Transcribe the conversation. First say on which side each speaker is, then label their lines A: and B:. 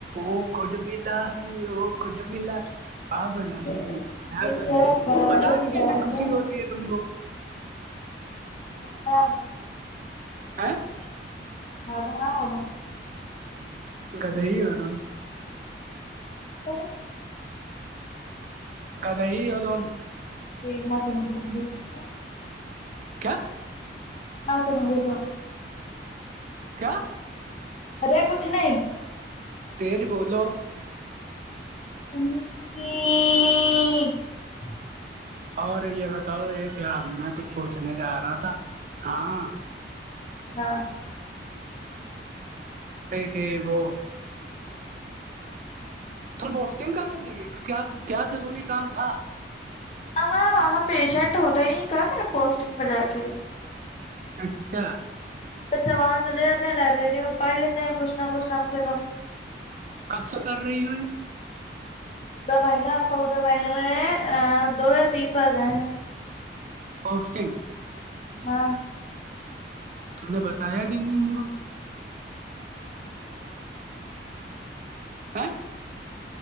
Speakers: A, on the right (about 45°); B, on the left (about 35°).
A: وہ گڈ ملا ہے وہ گڈ ملا آ بنا
B: دل
A: نہیں
B: دل
A: ہے وہ
B: میرا
A: نہیں
B: گارڈن
A: پتا نہیں
B: گارڈن
A: کیسے خوشی ہوتی ہے تم کو
B: <unintelligible>
A: <unintelligible>
B: مدان ہو
A: کا دہی ہو نم
B: تو
A: کد ہی ہو تم
B: <unintelligible>
A: کیا
B: ن س رہےوں گپا
A: کیا
B: ارے کچھ نہیں
A: تیج بولو
B: <unintelligible>
A: اور یہ بتاؤ یہ کیا میں کچھ پوچھنے جا رہا تھا ہاں
B: <unintelligible>
A: ہاں کہ وہ تو بوسٹنگ کا ہے نہیں کیا کیا ضروری کام تھا
B: ا وہاں پیشنٹ ہوتا نہیں کہ کر پوسٹنگ پہ جا کے
A: اچھا
B: اچھا وہاں چلے جاتے ہیں لائبریری میں پڑھ لیتے ہیں کچھ نہ کچھ کم سے کم
A: قب سےا کر رہی ہو
B: دو مہینہ آپ پورے مہینے میں دو یا تین بار گئے ہیں
A: پوسٹینگ
B: ہاں
A: تم نے بتایا کیوں نیم کو <unintelligible>